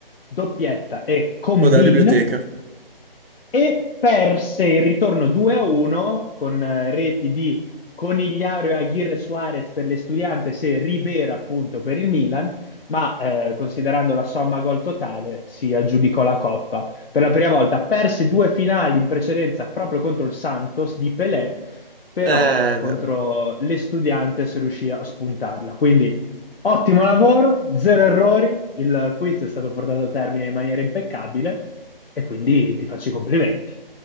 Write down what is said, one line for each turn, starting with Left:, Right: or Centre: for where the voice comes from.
Left: doppietta e Combin,
Right: Quella della biblioteca.
Left: e perse il ritorno 2-1 con eh, reti di Conigliaro e Aguirre Suarez per l'Estudiantes e Rivera appunto per il Milan, ma eh, considerando la somma gol totale si aggiudicò la Coppa. Per la prima volta perse due finali in precedenza proprio contro il Santos di Pelé però
Right: Eh,
Left: contro l'Estudiantes riuscì a spuntarla. Quindi ottimo lavoro, zero errori, il quiz è stato portato a termine in maniera impeccabile e quindi ti faccio i complimenti.